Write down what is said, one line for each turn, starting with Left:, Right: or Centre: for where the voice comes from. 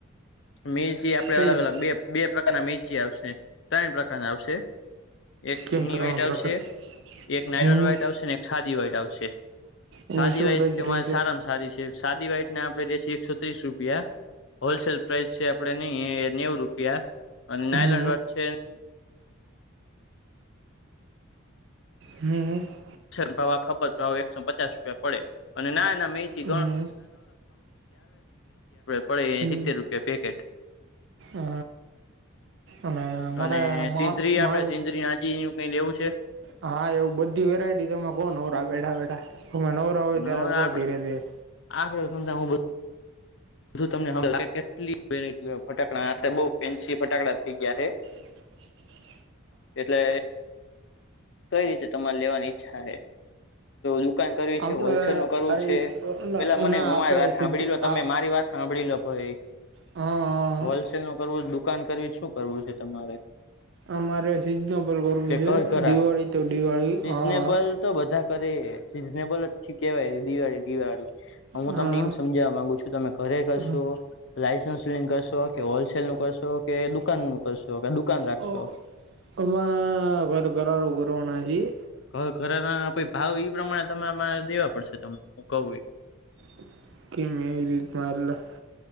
Left: મેલ થી આપડે
Right: કઈ
Left: અલગ
Right: રીત
Left: અલગ બે બે પ્રકારના મેલ થી આવશે ત્રણ પ્રકારના આવશે એક
Right: કેમ
Left: ચીની
Right: ત્રણ
Left: વાઈટ
Right: પ્રકાર
Left: આવશે એક નાયલોન
Right: હમ
Left: વ્હાઈટ આવશે ને એક ખાદી વ્હાઇટ આવશે
Right: એની
Left: ખાદી
Right: શું
Left: વ્હાઈટ
Right: પ્રાઇસ
Left: તમારી
Right: રહી છે
Left: સારામાં સારી છે. સાદી વાઈટ ના આપડે જે છે એકસો ત્રીસ રૂપિયા હોલસેલ પ્રાઇસ છે આપડે નઈ નેવું રૂપિયા અને નાયલોન
Right: હમ
Left: <unintelligible>
Right: હમ્મ હમ્મ
Left: <unintelligible> એકસો પચાસ રૂપિયા પડે. <unintelligible> આપડે
Right: હમ
Left: પડે એ
Right: હમ
Left: સિત્તેર રૂપિયા પેકેટ
Right: અ, અને મારે
Left: અને
Right: મા
Left: સિંધરી આપડે
Right: માલ
Left: સિંધરી નાજી એવું કઈ લેવું છે
Right: હા એવું બધી વેરાયટી તમે કો નવરા બેઠા બેઠા તમે નવરા
Left: આપડે
Right: <unintelligible> ધીરે ધીરે
Left: આપડે સમજ હું તમને લાગે કેટલી વેરાયટી <unintelligible> બઉ ફેન્સી ફટાકડા થઇ ગયા હે.
Right: <inaudible>
Left: એટલે કઈ રીતે તમારે લેવાની ઈચ્છા હે દુકાન કરવી
Right: આપડે
Left: છે હોલસેલ નું કરવું
Right: આ
Left: છે પેલા મને
Right: ના
Left: મારી
Right: આપડે
Left: વાત સાંભળી
Right: સીધ
Left: લો તમે
Right: આ
Left: મારી વાત સાંભળી લો ભઇ
Right: હા
Left: હોલસેલ નું કરવું દુકાન કરવી શું કરવું છે તમારે
Right: અમારે સિઝનેબલ કરવું
Left: કે
Right: છે
Left: કઈ કરા
Right: દિવાળી તો દિવાળી
Left: સિઝનેબલ
Right: હા
Left: તો બધા કરે સીઝનેબલ જ કેવાય દિવાળી દિવાળી હું
Right: હા
Left: તમને એમ સમજાવવા માંગુ છુ તમે ઘરે કરશો
Right: હા
Left: લાયસન્સ લઈને કરશો કે હોલસેલ નું કરશો કે દુકાન નું કરશો કે દુકાન રાખશો
Right: ઓ આમાં <unintelligible> કરવાના છીએ
Left: ક ઘરના પહી ભાવ ઈ પ્રમાણે તમારે દેવા પડશે તમને હું કહું એ
Right: <unintelligible>